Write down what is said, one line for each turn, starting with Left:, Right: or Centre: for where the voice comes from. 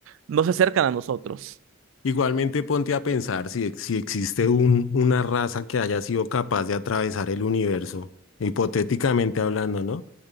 Right: no se acercan a nosotros.
Left: Igualmente ponte a pensar si, ex- si existe un, una raza que haya sido capaz de atravesar el universo, hipotéticamente hablando, ¿no?